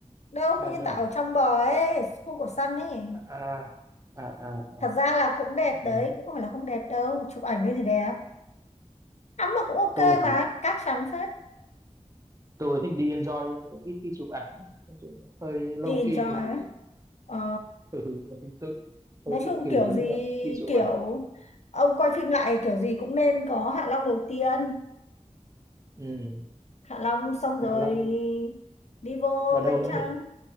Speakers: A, on the left; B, on the right.
A: đâu
B: hay
A: khu
B: là
A: nhân
B: chỗ
A: tạo
B: nào
A: ở trong bờ ấy khu của Sun ấy
B: à à à,
A: thật
B: à.
A: ra là cũng đẹp
B: Ừ.
A: đấy cũng không phải là không đẹp đâu chụp ảnh lên thì đẹp tắm là cũng ok
B: tôi thì
A: mà cát trắng phết
B: tôi thích đi enjoy tôi ít khi chụp ảnh lắm Nói chung là hơi low
A: đi enjoy
B: key một tí
A: á ờ
B: ừ, hơi tự
A: nói
B: hơi tự
A: chung
B: kỷ
A: kiểu
B: tí
A: gì
B: là ghi chỗ
A: kiểu
B: mày
A: ông quay phim lại kiểu gì cũng nên có Hạ Long đầu tiên
B: ừ.
A: Hạ Long xong rồi
B: Hạ Long
A: đi vô
B: và đâu
A: Bên
B: nữa
A: Trong
B: nhỉ